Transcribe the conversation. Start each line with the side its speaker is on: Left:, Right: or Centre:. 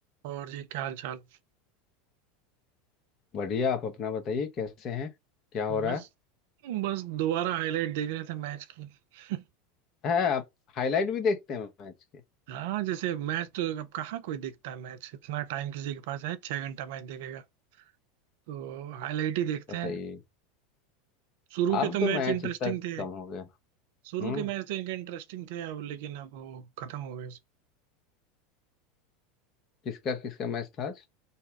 Right: और जी क्या हाल चाल
Left: बढ़िया आप अपना बताइए कैसे हैं क्या हो
Right: तो
Left: रहा
Right: बस
Left: है
Right: बस दोबारा हाईलाइट देख रहे थे मैच की <laughs>
Left: है आप हाईलाइट भी देखते हैं मैच के
Right: हाँ जैसे मैच तो अब कहाँ कोई देखता है मैच इतना टाइम किसी के पास है छह घंटा मैच देखेगा तो हाईलाइट ही देखते
Left: बताइए
Right: हैं शुरू
Left: अब
Right: के तो
Left: तो
Right: मैच
Left: मैच
Right: इंटरेस्टिंग
Left: इतना
Right: थे
Left: कम हो गया
Right: शुरू
Left: हम्म
Right: के मैच तो इनके इंटरेस्टिंग थे अब लेकिन अब वो खत्म हो गए
Left: किसका किसका मैच था आज